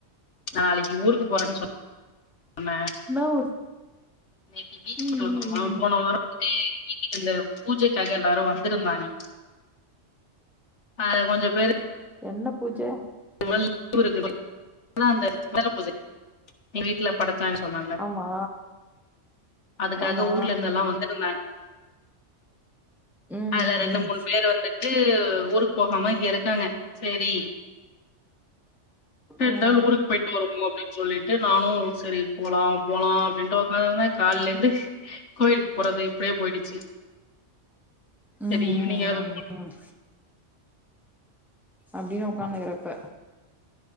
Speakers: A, on the left (about 75°); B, in the centre.
A: நாளைக்கு ஊருக்கு போறன் சொ ன்ன
B: என்னா ஊரு
A: இன்னைக்கு பீச்சுக்கு
B: ம்
A: கெளம்னோமா
B: ம் ம்
A: போன வாரோ வந்து எங் வீட்டுக் அந்த பூஜைக்காக எல்லாரு வந்திருந்தாங்க அதுல கொஞ்ச பேரு
B: என்ன பூஜ
A: டுவல் டு <inaudible> இருக்குது அதா அந்த விநாக பூஜ எங்க வீட்ல பட சாங்க சொன்னல
B: ஆமா
A: அதுக்காக
B: ஆமா
A: ஊர்ல இருந்தெல்லா வந்துருந்தாங்க
B: ம்
A: அதுல
B: ம்
A: ரெண்டு
B: ம்
A: மூண் பேர் வந்துட்டு ஊருக்கு போகாம இங்க இருக்காங்க சரி ரெண்நாள்
B: ம்
A: ஊருக்கு போய்ட்டு வருவோ அப்டின் சொல்லிட்டு நானு சரி போலா போலா அப்டின்ட்டு ஒக்காந்திருந்த கால்லிர்ந்து கோயிலுக்கு போறது இப்டியே போயிடுச்சு
B: ம் ம்
A: சரி ஈவினிங்காவது
B: ம் ம் அப்படின்னு உக்கார்ந்துகிர இப்ப